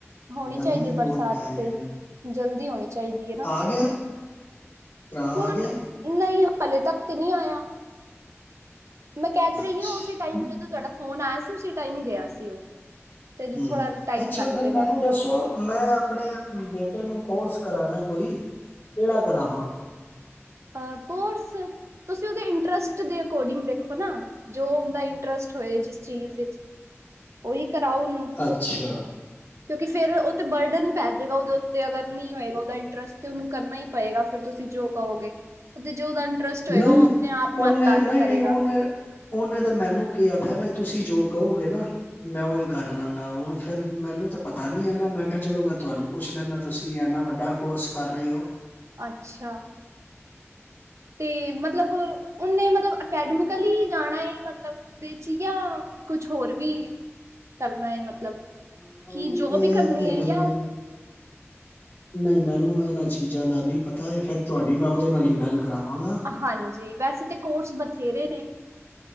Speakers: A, on the right; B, on the left.
A: ਹੋਣੀ
B: ਗਰਮੀ
A: ਚਾਹੀਦੀ
B: ਵੀ
A: ਹੈ ਬਰਸਾਤ
B: ਬਹੁਤ ਪੈ ਰਹੀ
A: ਤੇ
B: ਹੈ
A: ਜਲਦੀ ਹੋਣੀ ਚਾਹੀਦੀ ਹੈ ਨਾ
B: ਆ ਗਿਆ ਭਰਾ
A: ਕੌਣ
B: ਆ ਗਿਆ
A: ਨਹੀਂ ਹਾਲੇ ਤੱਕ ਤੇ ਨਹੀਂ ਆਇਆ। ਮੈਂ ਕਹਿ ਤੇ
B: ਅੱਛਾ
A: ਰਹੀ ਆ ਉਸ ਟਾਈਮ ਜਦੋਂ ਤੁਹਾਡਾ ਫੋਨ ਆਇਆ ਸੀ ਉਸ ਟਾਈਮ ਗਿਆ ਸੀ ਉਹ ਤੇ
B: ਹਮ
A: ਥੋੜਾ ਟਾਈਮ
B: ਅੱਛਾ
A: ਲੱਗ
B: ਫੇਿਰ
A: ਜਾਏਗਾ
B: ਮੈਨੂੰ ਦੱਸੋ? ਮੈਂ ਆਪਣੇ ਬੇਟੇ ਨੂੰ ਕੋਰਸ ਕਰਾਉਣਾ ਕੋਈ ਕਿਹੜਾ ਕਰਾਵਾਂ
A: ਅ ਕੋਰਸ ਤੁਸੀਂ ਉਹਦੇ ਇੰਟਰਸਟ ਦੇ ਅਕੋਰਡਿੰਗ ਦੇਖੋ ਨਾ ਜੋ ਉਹਦਾ ਇੰਟਰਸਟ ਹੋਏ ਜਿਸ ਚੀਜ਼ ਵਿੱਚ ਉਓਹੀ ਕਰਾਓ ਉਹਨੂੰ
B: ਅੱਛਾ।
A: ਕਿਉਂਕਿ ਫੇਿਰ ਉਹ ਤੇ ਬਰਡਨ ਹੀ ਪੈ ਜਾਵੇਗਾ ਉਹਦੇ ਉੱਤੇ ਅਗਰ ਨਹੀਂ ਹੋਏਗਾ। ਉਹਦਾ ਇੰਟਰਸਟ ਤੇ ਉਹਨੂੰ ਕਰਨਾ ਹੀ ਪਏਗਾ ਫਿਰ ਤੁਸੀਂ ਜੋ ਕਹੋਗੇ ਤੇ ਜੋ ੳਹਦਾ ਇੰਟਰਸਟ ਹੋਏਗਾ
B: ਨਹੀਂ
A: ਉਹ ਆਪਣੇ ਆਪ
B: ਉਹਨੇ
A: ਮਨ ਲਾ
B: ਨਹੀਂ,
A: ਕੇ ਕਰੇਗਾ
B: ਨਹੀਂ ਉਹਨੇ ਉਹਨੇ ਤਾਂ ਮੈਨੂੰ ਕੀ ਆਖਿਆ ਬਾਈ ਜੋ ਤੁਸੀਂ ਜੋ ਕਹੋਗੇ ਨਾ ਮੈਂ ਉਹੀ ਕਰ ਲਾਂਗਾ ਹੁਣ ਫੇਿਰ ਮੈਨੂੰ ਤਾਂ ਪਤਾ ਨੀ ਹੈਨਾ ਮੈਂ ਕਿਹਾ ਚਲੋ ਮੈਂ ਤੁਹਾਨੂੰ ਪੁੱਛ ਲੈਂਦਾ ਤੁਸੀਂ ਇਨਾ ਵੱਡਾ ਕੋਰਸ ਕਰ ਰਹੇ ਹੋ
A: ਅੱਛਾ। ਤੇ ਮਤਲਬ ਮਤਲਬ ਅਕੈਡਮਿਕਲੀ ਜਾਣਾ ਹੈ ਮਤਲਬ ਉਹਦੇ ਚ ਜਾਂ ਕੁਛ ਹੋਰ ਵੀ ਕਰਨਾ ਹੈ ਮਤਲਬ
B: ਨਹੀਂ
A: ਕਿ ਜੋਬ
B: ਇਹ
A: ਵੀ ਕਰਨੀ
B: ਤੇ
A: ਹੈ
B: ਫਿਰ
A: ਜਾਂ
B: ਨਹੀਂ ਮੈਨੂੰ ਇਹਨਾਂ ਚੀਜ਼ਾਂ ਦਾ ਨਹੀਂ ਪਤਾ ਇਹ ਫੇਿਰ ਤੁਹਾਡੀ ਮੈਂ ਉਹਦੇ ਨਾਲ ਹੀ ਗੱਲ ਕਰਾਵਾਂਗਾ।
A: ਹਾਂਜੀ ਵੈਸੇ ਤਾਂ ਕੋਰਸ ਬਥੇਰੇ ਨੇ